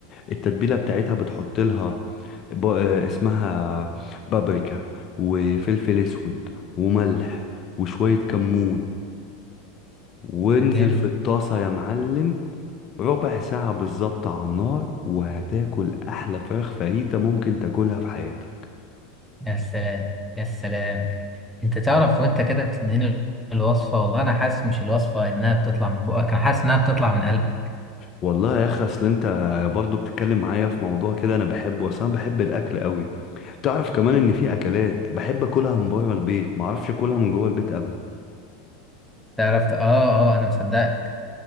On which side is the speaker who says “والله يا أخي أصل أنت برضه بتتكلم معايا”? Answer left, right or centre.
Left